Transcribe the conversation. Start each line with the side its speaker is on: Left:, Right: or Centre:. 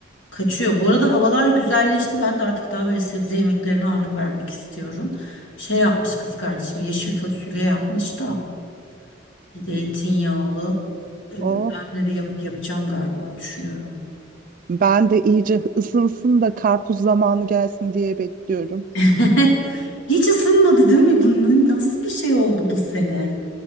Left: Kaçıyor. Bu arada havalar güzelleşti. Ben de artık daha böyle sebze yemeklerine ağırlık vermek istiyorum. Şey yapmış kız kardeşim, yeşil fasulye yapmış da bir de zeytinyağlı. Ee,
Right: Oh,
Left: Ben de bir yap yapacağım galiba düşünüyorum.
Right: ben de iyice ısınsın da karpuz zamanı gelsin diye bekliyorum.
Left: <laughs> Hiç ısınmadı değil mi? Bunun nasıl bir şey oldu bu sene?